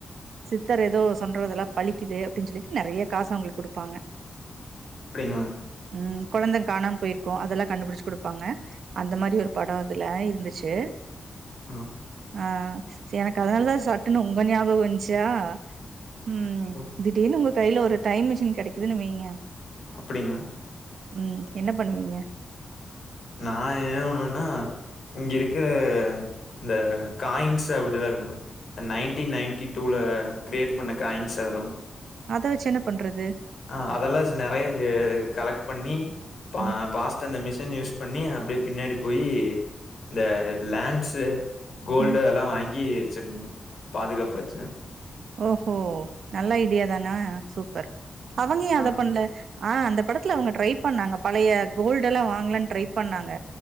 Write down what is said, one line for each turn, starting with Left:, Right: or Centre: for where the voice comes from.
Right: சித்தர் ஏதோ சொல்றதெல்லா பழிக்குது அப்படி சொல்லிட்டு நறைய காசு அவங்களுக்கு குடுப்பாங்க
Left: அப்படியா
Right: உம் கொழந்தங்க காணாம போயிருக்கு அதெல்லா கண்டுபிடிச்சு குடுப்பாங்க அந்த மாரி ஒரு படோ அதுல இருந்துச்சு
Left: ஆ
Right: ஆ எனக்கு அதனாலதா சட்டுணு உங்க ஞாபகோ வந்துச்சா உம்
Left: ஓ
Right: திடீர்னு உங்க கையில ஒரு டைம் மிஷின் கெடைக்குதுன்னு வெயிங்க
Left: அப்படின்னு
Right: உம் என்ன பண்ணுவீங்க
Left: நா என்ன பண்ணுவன இங்க இருக்கிற இந்த காயின்ஸ் அப்படிதா இருக்கணு நைன்டீன் நைன்டி டூல கிரியியேட் பண்ண காயின்ஸ் அதுலா
Right: அத வெச்சு என்ன பன்ரது
Left: ஆ அதெல்லா நெறையா ஏ கலெக்ட் பண்ணி பா
Right: ம்
Left: பாஸ் அந்த மிஷின் யூஸ் பண்ணி அப்படியே பின்னாடி போய் இந்த லேண்ட்ஸ் கோல்டு
Right: ம்
Left: அதல்லா வாங்கி வச்சிருனு பாதுகாப்பா வச்சு
Right: ஓ ஓ நல்ல ஐடியாதானா சூப்பர் அவங்க எ
Left: ஆ
Right: அத பண்ணல ஆ அந்த படத்துல அவங்க ட்ரை பண்ணாங்க பழைய கோல்டு எல்லா வாங்கலானு ட்ரை பண்ணாங்க